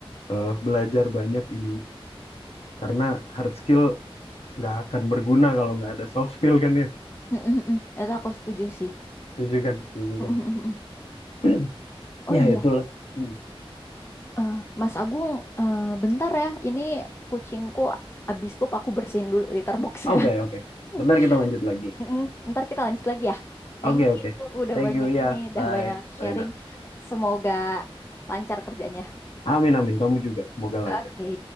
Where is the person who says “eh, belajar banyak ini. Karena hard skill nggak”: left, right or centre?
Left